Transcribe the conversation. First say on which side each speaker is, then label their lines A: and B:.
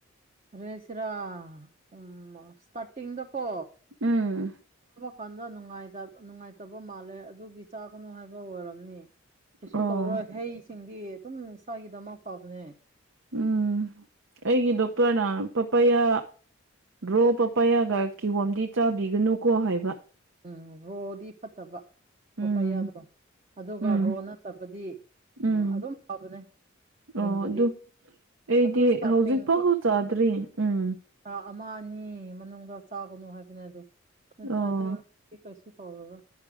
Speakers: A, on the right (about 35°); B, on the right (about 80°).
A: ꯔꯦꯁꯤꯔ ꯎ ꯏꯁꯇꯥꯔꯗ ꯀꯣ
B: ꯎꯝ
A: ꯀꯥꯟꯗ ꯅꯨꯡꯉꯥꯏꯇꯕ ꯃꯥꯜꯂꯦ ꯑꯗꯨꯒꯤ ꯆꯥꯒꯅꯨ ꯍꯥꯏꯕ ꯑꯣꯏꯔꯝꯅꯤ ꯀꯩꯁꯨ
B: ꯑꯣ
A: ꯇꯧꯔꯣꯏ ꯍꯩꯁꯤꯡꯗꯤ ꯑꯗꯨꯝ ꯏꯁꯥꯒꯤꯗꯃꯛ ꯐꯕꯅꯦ
B: ꯎꯝ ꯑꯩꯒꯤ ꯗꯣꯛꯇꯔꯅ ꯄꯄꯌꯥ ꯔꯣꯞ ꯄꯩꯌꯥꯒ ꯀꯤꯍꯣꯝꯗꯤ ꯆꯥꯕꯤꯒꯅꯨꯀꯣ ꯍꯥꯏꯕ
A: ꯎꯝ ꯔꯣꯗꯤ ꯐꯠꯇꯕ ꯄꯄꯌꯥꯗꯣ
B: ꯎꯝ
A: ꯑꯗꯨꯒ
B: ꯎꯝ
A: ꯔꯣ ꯅꯠꯇꯕꯗꯤ ꯎ
B: ꯎꯝ
A: ꯑꯗꯨꯝ ꯐꯕꯅꯦ
B: ꯑꯣ
A: ꯃꯨꯟꯕꯗꯤ
B: ꯑꯗꯨ ꯑꯩꯗꯤ
A: ꯑꯗꯨ ꯏꯁꯇꯥꯔꯇꯤꯡ
B: ꯍꯧꯖꯤꯛ ꯐꯥꯎꯕ ꯆꯥꯗ꯭ꯔꯤ ꯎꯝ
A: ꯊ ꯑꯃ ꯑꯅꯤ ꯃꯅꯨꯡꯗ ꯆꯥꯒꯅꯨ ꯍꯥꯏꯕꯅꯦ ꯑꯗꯨ ꯅꯠꯇ꯭ꯔꯗꯤ
B: ꯑꯣ
A: ꯁꯤ ꯀꯩꯁꯨ ꯇꯧꯔꯔ